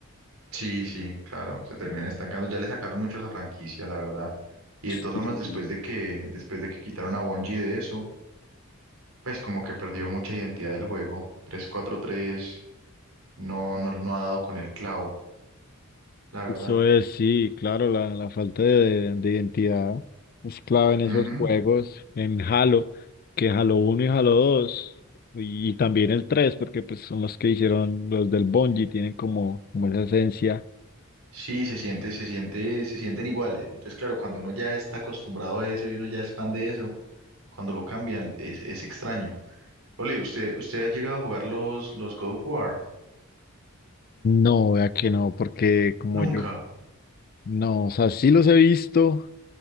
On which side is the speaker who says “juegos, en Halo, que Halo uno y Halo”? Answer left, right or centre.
Left